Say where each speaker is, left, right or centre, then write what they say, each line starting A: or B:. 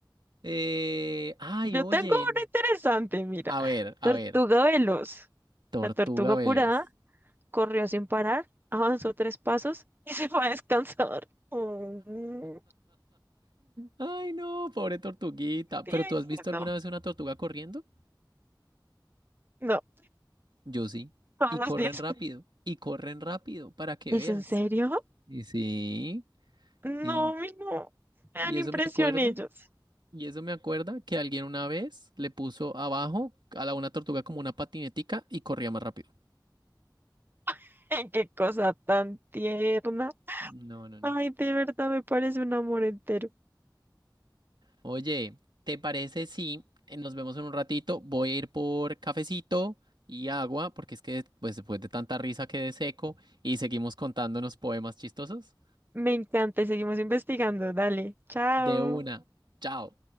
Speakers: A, on the right (about 70°); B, on the right (about 25°).
A: eh, ay,
B: Yo
A: oye.
B: tengo una interesante, mira.
A: A ver, a
B: Tortuga
A: ver.
B: veloz.
A: Tortuga
B: La tortuga apurada
A: veloz.
B: corrió sin parar, avanzó tres pasos y se fue a descansar. <laughs> Mm,
A: Ay, no, pobre tortuguita.
B: tierno.
A: ¿Pero tú has visto alguna vez una tortuga corriendo?
B: No,
A: Yo sí.
B: todos
A: Y
B: los
A: corren
B: días.
A: rápido,
B: <laughs>
A: y corren rápido, para que
B: ¿Es
A: veas.
B: en serio?
A: Y sí,
B: No,
A: y,
B: mi no. Me
A: y
B: dan
A: eso
B: impresión
A: me acuerda.
B: ellos.
A: Y eso me acuerda que alguien una vez le puso abajo a la una tortuga como una patinetica y corría más rápido.
B: <laughs> Qué cosa tan tierna.
A: No, no, no.
B: Ay, de verdad me parece un amor entero.
A: Oye, ¿te parece si eh, nos vemos en un ratito? Voy a ir por cafecito y agua, porque es que pues, después de tanta risa quedé seco y seguimos contándonos poemas chistosos.
B: Me encanta y seguimos investigando. Dale, chao.
A: De una. Chao.